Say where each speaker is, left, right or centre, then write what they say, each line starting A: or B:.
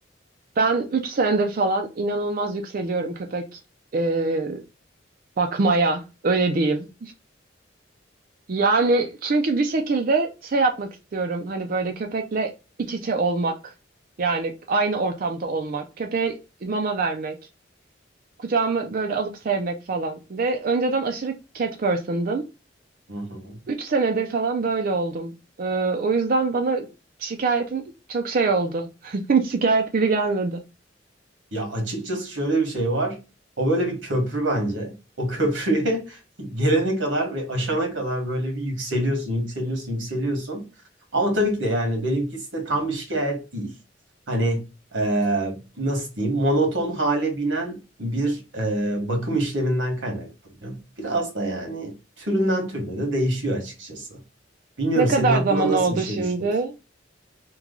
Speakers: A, on the right (about 50°); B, on the right (about 85°).
A: ben 3 senedir falan inanılmaz yükseliyorum köpek e, bakmaya öyle diyeyim. Yani çünkü bir şekilde şey yapmak istiyorum hani böyle köpekle iç içe olmak. Yani aynı ortamda olmak, köpeğe mama vermek, kucağıma böyle alıp sevmek falan. Ve önceden aşırı cat person'dım.
B: <laughs>
A: Üç senedir falan böyle oldum. Ee, o yüzden bana şikayetin çok şey oldu. <laughs> Şikayet gibi gelmedi.
B: Ya açıkçası şöyle bir şey var. O böyle bir köprü bence. O köprüye <laughs> gelene kadar ve aşana kadar böyle bir yükseliyorsun, yükseliyorsun, yükseliyorsun. Ama tabii ki de yani benimkisi de tam bir şikayet değil. Hani eee, nasıl diyeyim monoton hale binen bir eee, bakım işleminden kaynaklanıyor. Biraz da yani türünden türüne de değişiyor açıkçası. Bilmiyorum
A: Ne
B: senin
A: kadar
B: aklına
A: zaman
B: nasıl
A: oldu
B: bir şey
A: şimdi?
B: düşünüyorsun?